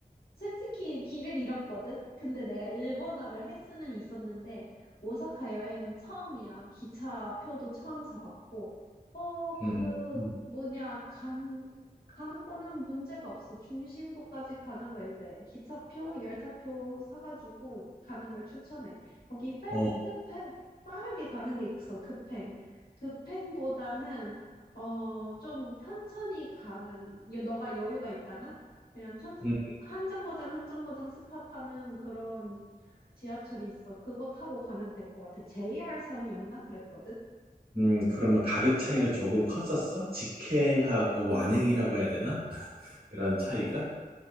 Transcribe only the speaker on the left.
솔직히 길을 잃었거든? 근데 내가 일본어를 할 수는 있었는데, 오사카 여행은 처음이야. 기차표도 처음 사봤고, 어, 그,
뭐냐, 간, 가는 거는 문제가 없어. 중심부까지 가는 거 이제 기차표, 열차표 사가지고 가는 걸 추천해. 거기 패스트,
패, 빠르게 가는 게 있어. 급행. 급행보다는, 어, 좀 천천히 가는, 너가 여유가 있다면? 그냥 천천
한 정거장 한 정거장 스탑하는 그런 지하철이 있어. 그거 타고 가면 될 것 같아. JR선이었나? 그랬거든?
어,